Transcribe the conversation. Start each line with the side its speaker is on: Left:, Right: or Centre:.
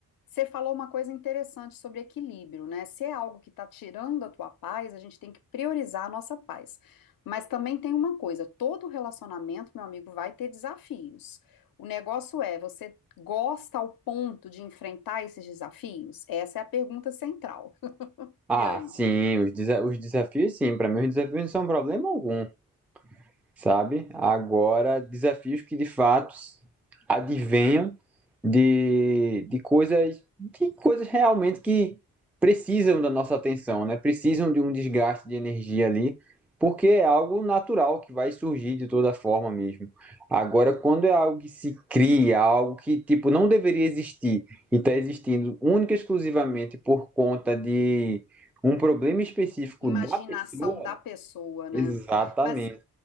Left: você falou uma coisa interessante sobre equilíbrio, né? Se é algo que está tirando a tua paz, a gente tem que priorizar a nossa paz. Mas também tem uma coisa, todo relacionamento, meu amigo, vai ter desafios. O negócio é, você gosta ao ponto de enfrentar esses desafios? Essa é a pergunta central. <laughs>
Centre: Ah,
Left: E aí?
Centre: sim, os, desa- os desafios, sim. Para mim, os desafios não são problema algum sabe? Agora, desafios que de fato advenham de, de coisas, de coisas realmente que precisam da nossa atenção, né? Precisam de um desgaste de energia ali, porque é algo natural que vai surgir de toda forma mesmo. Agora, quando é algo que se cria, algo que tipo não deveria existir e está existindo única e exclusivamente por conta de um problema específico
Left: Imaginação
Centre: da pessoa,
Left: da pessoa, né?
Centre: exatamente.
Left: Mas